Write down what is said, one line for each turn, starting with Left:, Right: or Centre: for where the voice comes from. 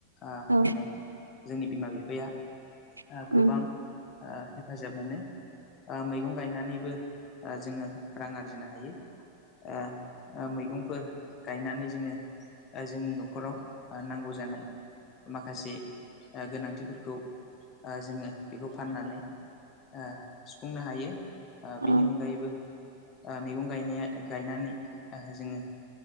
Left: ओ
Right: औ
Left: माने जोंनि बिमा बिफाया
Right: औ
Left: ओ गोबां ओ हेफाजाब मोनो ओ मैगं गायनानैबो ओ जोंङो रां आरजिनो हायो ओ ओ मैगंफोर गायनानै जोङो ओ जोंनि न'खराव ओ नांगौ जानाय माखासे ओ गोनांथिफोरखौ ओ जोंङो बेखौ फाननानै ओ सुफुंनो हायो ओ
Right: औ
Left: बिनि अनगायैबो ओ मैगं गायनाया गायनानै जोंङो